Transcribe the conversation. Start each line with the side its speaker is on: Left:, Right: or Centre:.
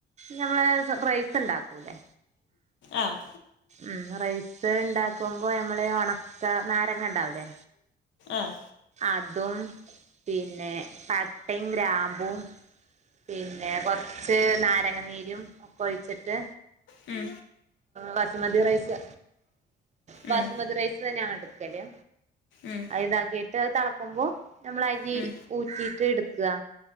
Right: ഞമ്മള് പ്രൈസ് ഉണ്ടാക്കൂല്ലേ.
Left: ആഹ്
Right: ഉം റൈസ് ഇണ്ടാക്കുമ്പോ ഞമ്മള് ഒണക്ക നാരങ്ങഇണ്ടാവുലേ.
Left: ആഹ്.
Right: അതും പിന്നെ പട്ടയും, ഗ്രാമ്പും. പിന്നെ കുറച്ച് നാരങ്ങനീരും ഒക്കെ ഒഴിച്ചിട്ട്.
Left: ഉം
Right: വസുമതി റൈസ്. ബസ്മതി
Left: ഉം.
Right: റൈസ് തന്നെ ആണോ എടുക്കല്
Left: ഉം.
Right: അ ഇതാക്കിട്ട് തെളക്കുമ്പോ. ഞമ്മള് അരി
Left: ഉം,
Right: ഊറ്റിട്ട് എടുക്ക.